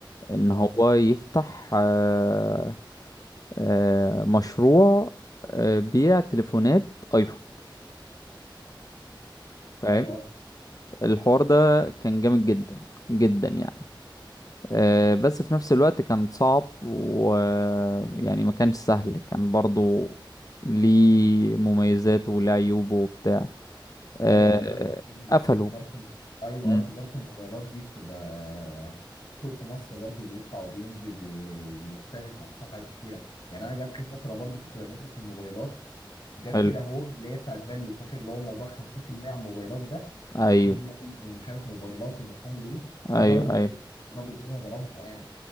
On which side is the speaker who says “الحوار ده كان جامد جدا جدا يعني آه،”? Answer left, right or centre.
Left